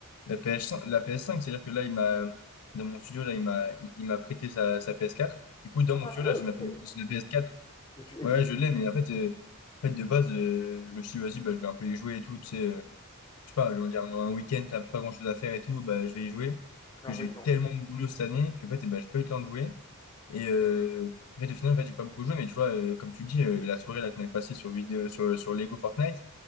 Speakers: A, on the left; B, on the left.
A: la PS5, la PS5, c'est-à-dire que là, il m'a, dans mon studio, là, il m'a, il, il m'a prêté sa, sa PS4. Du coup, dans mon
B: Ah
A: studio, là,
B: ouais,
A: j'ai ma, P-
B: ouais.
A: j'ai la PS4.
B: Et tu, et
A: Ouais,
B: tu
A: ouais,
B: joues.
A: je l'ai, mais en fait, euh, en fait, de base, euh, je me suis dit, vas-y, bah, je vais un peu y jouer et tout, tu sais, euh, je sais pas, je vais dire, un week-end, t'as pas grand-chose à faire et tout, bah, je vais y jouer. Parce
B: En
A: que j'ai
B: fait,
A: eu
B: non.
A: tellement de boulot cette année que, en fait, eh ben, j'ai pas eu le temps de jouer. Et euh, en fait, au final, en fait, j'ai pas beaucoup joué, mais tu vois, euh, comme tu dis, euh, la soirée là qu'on est passée sur, vidéo, sur, sur Lego Fortnite,